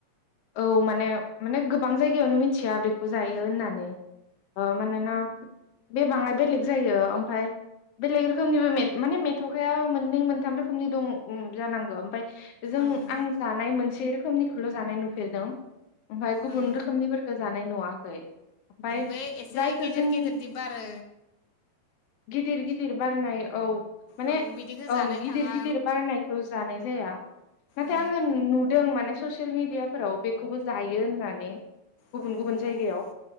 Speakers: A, on the left (about 80°); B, on the left (about 60°).
A: औ माने माने गोबां जायगायावनो मिथिया बेखौ जायो होननानै ओ मानोना बे बाङाय बेलेग जायो ओमफाय बेलेग रोखोमनिबो मे माने मेथ'खाया मोननै मोनथाम रोखोमनि दं ओं जानांगौ ओमफाय जों
B: ओं
A: आं जानाय मोनसे रोखोमनिखौल' जानाय नु फेरदों ओमफाय गुबुन
B: ओं
A: रोखोमनिफोरखो जानाय नुवाखै ओमफाय
B: बे एसे
A: जायखौ
B: गेदेर
A: जोंनि
B: गेदेर दि बारो
A: गिदिर गिदिर बारनाय औ। माने
B: ओं बिदिखौ
A: ओं
B: जानाय
A: गिदिर
B: थाङा
A: गिदिर बारनायखौ जानाय जाया नाथाय
B: ओं
A: आङो नु-नुदों माने ससियेल मिडिया फोराव बेखौबो जायो होननानै गुबुन
B: औ
A: गुबुन जायगायाव